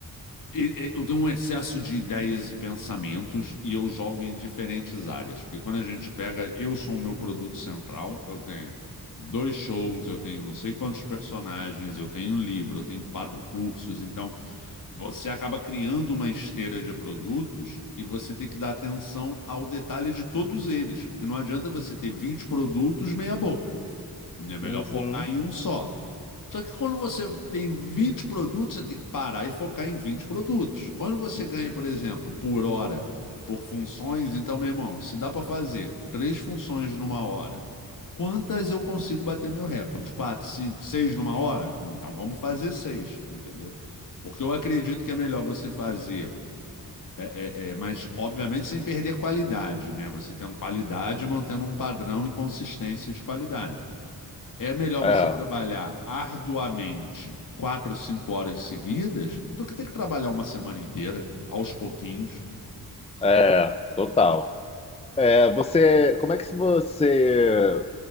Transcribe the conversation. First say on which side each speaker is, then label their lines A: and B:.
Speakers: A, on the left; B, on the left.
A: e- e- eu tenho um excesso de ideias e pensamentos e eu jogo em diferentes áreas, porque quando a gente pega, eu sou o meu produto central, eu tenho dois shows, eu tenho não sei quantos personagens, eu tenho um livro, eu tenho quatro cursos, então. Você acaba criando uma esteira de produtos e você tem que dar atenção ao detalhe de todos eles, porque não adianta você ter 20 produtos meia boca. né? É melhor
B: Uhum.
A: focar em um só. Só que quando você tem 20 produtos, você tem que parar e focar em 20 produtos. Quando você ganha, por exemplo, por hora, por funções, então, meu irmão, se dá para fazer três funções numa hora Quantas eu consigo bater meu recorde? Quatro, cinco, seis numa hora? Então vamos fazer seis, entendeu? Porque eu acredito que é melhor você fazer, é, é, é, mas obviamente sem perder qualidade, né? Você tendo qualidade, mantendo um padrão e consistência de qualidade. É melhor
B: É,
A: você trabalhar arduamente quatro, cinco horas seguidas do que ter que trabalhar uma semana inteira, aos pouquinhos,
B: é, total. É, você, como é que você